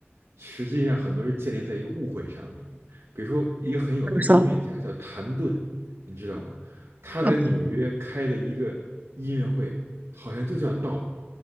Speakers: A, on the right (about 85°); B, on the right (about 40°).
A: 实际上很多是建立在一个误会上面的，比如说一个很有名的音乐家叫谭盾，
B: 我说，
A: 你知道吗？他在纽约开的一个音乐会，
B: 嗯，
A: 好像就叫《道》，